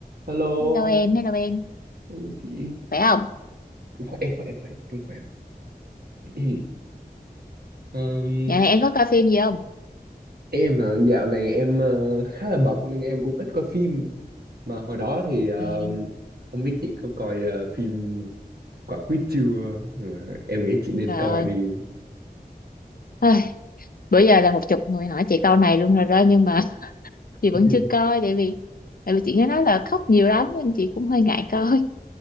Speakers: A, on the right; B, on the left.
A: Hello,
B: Hello em, hello em.
A: hello chị.
B: Khỏe không?
A: Khỏe, khỏe, khỏe, em khỏe. <clears throat> Ừm,
B: Dạo này em có coi phim gì không?
A: em là dạo này em ờ, khá là bận nên em cũng ít coi phim. Mà hồi đó thì ờ,
B: Ừ,
A: không biết chị có coi ờ, phim Quả Quýt chưa? Mà em nghĩ chị nên
B: trời
A: coi
B: ơi.
A: đi.
B: Ôi, bữa giờ là một chục người hỏi chị câu này luôn rồi đó nhưng mà <laughs> chị vẫn
A: <laughs>
B: chưa coi tại vì tại vì chị nghe nói là khóc nhiều lắm nên chị cũng hơi ngại coi.